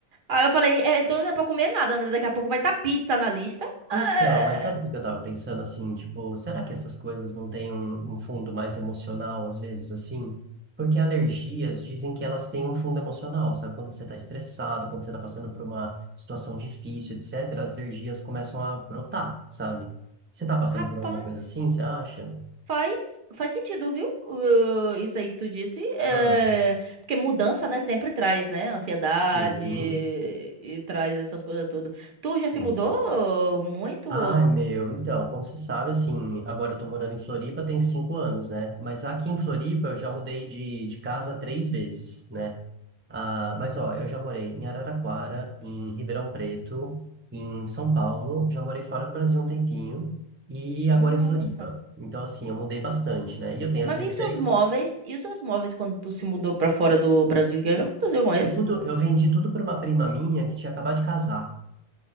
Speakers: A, on the right; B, on the right.
A: Aí eu falei, "É, então não é pra comer nada, né? Daqui a pouco vai estar pizza na lista. Ah,
B: Então, mas sabe o que que eu tava pensando assim, tipo, será que essas coisas não têm um, um fundo mais emocional às vezes assim? Porque alergias dizem que elas têm um fundo emocional, sabe? Quando você tá estressado, quando você tá passando por uma situação difícil, etc, as alergias começam a brotar, sabe? Você tá passando
A: rapaz,
B: por alguma coisa assim, você acha?
A: faz, faz sentido, viu? Uh, isso aí que tu disse. É,
B: Ah,
A: porque mudança, né, sempre traz, né? Ansiedade
B: sim.
A: e, e traz essas coisas todas. Tu já se
B: sim.
A: mudou muito?
B: Ai,
A: ou-
B: meu, então, como você sabe, assim, agora eu tô morando em Floripa tem cinco anos, né? Mas aqui em Floripa eu já mudei de, de casa três vezes, né? Ah, mas ó, eu já morei em Araraquara, em Ribeirão Preto, em São Paulo, já morei fora do Brasil um tempinho e agora
A: Nossa.
B: em Floripa. Então, assim, eu mudei bastante, né? E eu tenho
A: Mas
B: as minhas
A: e os
B: três.
A: seus móveis? E os seus móveis quando tu se mudou pra fora do Brasil? O que aconteceu com eles?
B: Tudo, eu vendi tudo para uma prima minha que tinha acabado de casar.